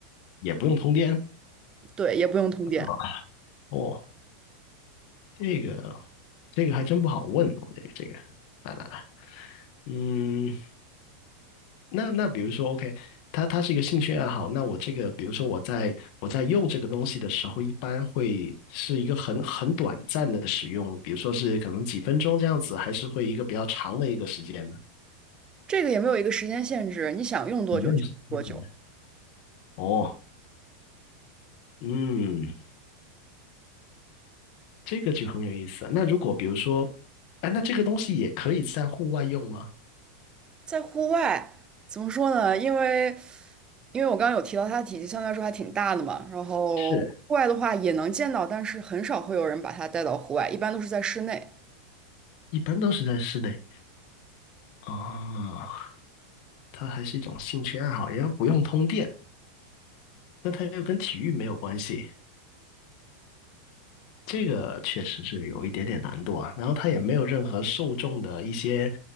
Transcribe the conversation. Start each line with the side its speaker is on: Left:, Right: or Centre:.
Left: 也不用通电
Right: 对，也不用通电。
Left: 啊哦，这个这个还真不好问哦，这个这个，来来来，嗯，那那比如说，OK，它它是一个兴趣爱好，那我这个，比如说我在我在用这个东西的时候，一般会是一个很很短暂的使用，比如说是可能几分钟这样子，还是会一个比较长的一个时间呢？
Right: 这个也没有一个时间限制，你想用多久就用多久。
Left: 有没有时间真的？哦，嗯，这个就很有意思。那如果比如说，哎，那这个东西也可以在户外用吗？
Right: 在户外怎么说呢？因为因为我刚刚有提到它的体积相对来说还挺大的嘛，然后户外的话也能见到，
Left: 是，
Right: 但是很少会有人把它带到户外，一般都是在室内。
Left: 一般都是在室内。啊。它还是一种兴趣爱好，也不用通电，但它又跟体育没有关系，这个确实是有一点点难度啊。然后它也没有任何受众的一些